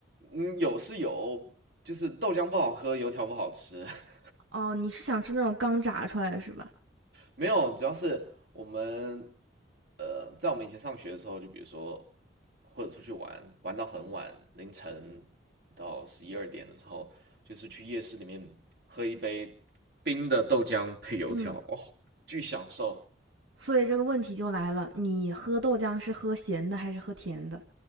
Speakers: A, on the right; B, on the right.
A: 嗯有是有，就是豆浆不好喝，油条不好吃。<laughs>
B: 哦，你是想吃那种刚炸出来的是吧？
A: 没有，主要是我们呃，在我们以前上学的时候，就比如说或者出去玩，玩到很晚，凌晨到十一二点的时候，就是去夜市里面喝一杯冰的豆浆配油条，
B: 嗯，
A: 哦，巨享受。
B: 所以这个问题就来了，你喝豆浆是喝咸的还是喝甜的？